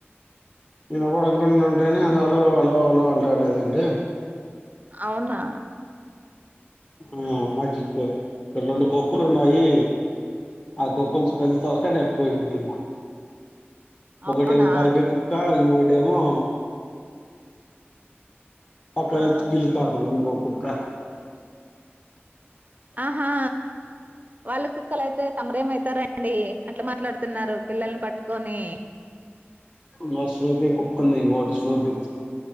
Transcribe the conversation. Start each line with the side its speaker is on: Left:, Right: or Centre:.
Left: ఇనపడకుండా ఉంటేనే అందులో అలో అలో అలో అంటాడదండి.
Right: అవునా
Left: ఆ మాకి కు రొండు కుక్కలుండాయి. ఆ కుక్ కొంచెం కదిల్స్తా ఉంటే డెప్త్ వెళ్లిపోయినా.
Right: అవునా
Left: ఒకటెమో బర్గె కుక్క ఇంకోటి ఏమో అక్కడచ్
Right: ఆ
Left: కిళతత ఏమో కుక్క
Right: ఆహా వాళ్ళ కుక్కల అయితే తమరేమయితారండి, అట్ల మాట్లాడుతున్నారు పిల్లల్ని పట్టుకొని.
Left: నో స్రూపి కుక్ ఉంది. ఇంకోటి స్నూపి కుక్క